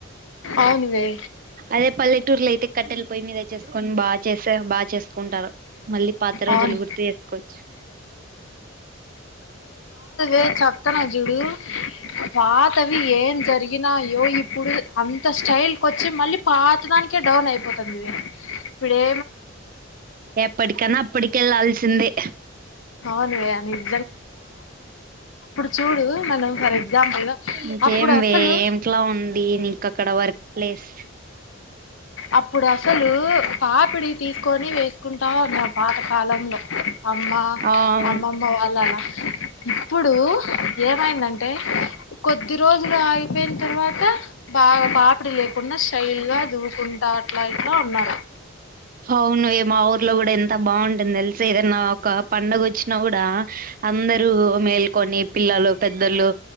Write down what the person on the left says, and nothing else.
అవునువే
అవును
ఏ చెప్పతన జుడు పాతవి ఏం జరిగి గినయ్యో ఇప్పుడు అంత స్టైల్ కొంచెం మళ్ళీ పాత దానీకే డౌన్ అయిపోతుందివి ఇప్పుడే
దే చూడు మనం ఫర్ ఎగ్జాంపుల్గా
అప్పుడు అసలు
అప్పుడు అసలు పాపిడి తీసుకొని వేసుకుంటాఉన్నాం పాతకాలంలో అమ్మ
అమ్మమ్మ వాళ్ళలా ఇప్పుడు ఏ ఆయిందంటే కొద్ది రోజులు ఆగిపోయిన తర్వాత బ పాపిడిలే కుండా శైల్ గా దువుకుంటా అట్లా ఇట్లా ఉన్నారు